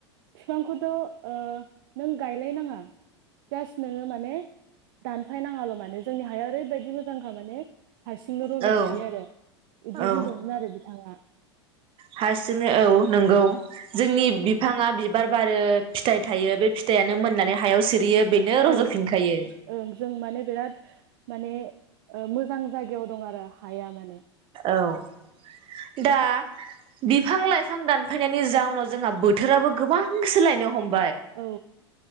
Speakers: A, on the right (about 55°); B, on the right (about 35°).
A: बिफांखौथ' ओ नों गायलायनाङा जास्ट नोङो माने दानफायनाङाल' माने जोंनि हाया ओरैबायदि मोजांखा माने हारसिंनो रज'खायो
B: औ
A: आरो इदि
B: औ
A: होनदोंमोन आरो बिथाङा
B: हारसिंनो औ नंगौ जोंनि बिफाङा बिबार बारो फिथाइ थायो बे फिथायानो
A: औ
B: मोननानै हायाव सिरियो बेनो
A: औ
B: रज'फिनखायो
A: ओं जों माने बिराद माने मोजां जायगायाव दं आरो हाया माने
B: औ दा बिफां लाइफां दानफायनायनि जाउनाव जोंहा बोथोराबो गोबां सोलायनो हमो
A: औ